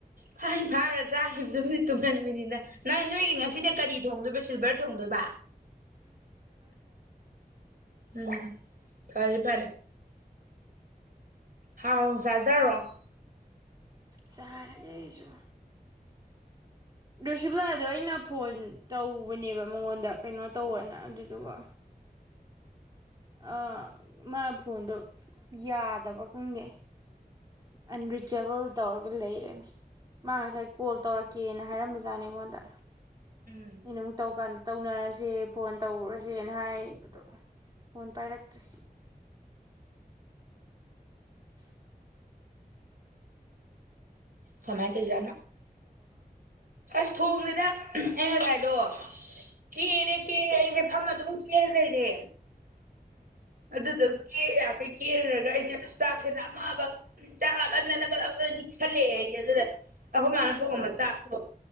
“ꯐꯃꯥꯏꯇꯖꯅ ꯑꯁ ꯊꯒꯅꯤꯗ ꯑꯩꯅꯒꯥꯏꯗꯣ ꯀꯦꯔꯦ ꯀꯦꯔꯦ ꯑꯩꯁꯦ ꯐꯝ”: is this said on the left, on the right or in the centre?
Right